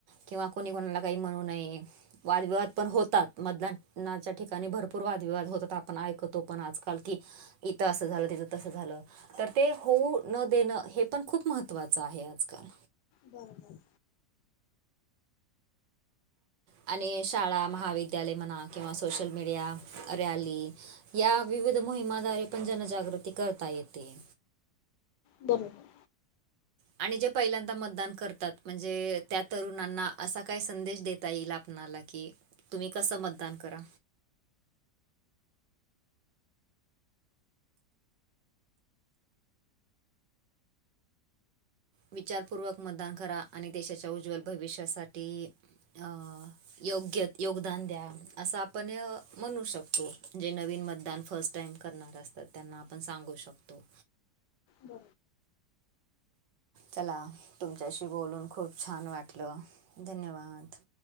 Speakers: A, on the right; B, on the left.
A: किंवा कोणी कोणाला काही म्हणू नये. वादविवाद पण होतात मतदानाच्या ठिकाणी भरपूर वादविवाद होतात आपण ऐकतो पण आजकाल की इथ अस झाल. तिथ तस झाल. तर ते होऊ न देण हे पण खूप महत्त्वाच आहे आजकाल.
B: बरोबर.
A: आणि शाळा महाविद्यालय म्हणा किंवा सोशल मीडिया रॅली, या विविध मोहिमाद्वारे पण जनजागृती करता येते.
B: बरोबर
A: आणि जे पहिल्यांदा मतदान करतात म्हणजे त्या तरुणांना असा काय संदेश देता येईल आप आला की तुम्ही कसं मतदान करा. विचारपूर्वक मतदान करा आणि देशाच्या उज्ज्वल भविष्यासाठी अ योग्य योगदान द्या असं आपण म्हणू शकतो जे नवीन मध्ये मतदान फर्स्ट टाइम करणार असतात त्यांना आपण सांगू शकतो.
B: हा.
A: चला तुमच्याशी बोलून खूप छान वाटलं धन्यवाद.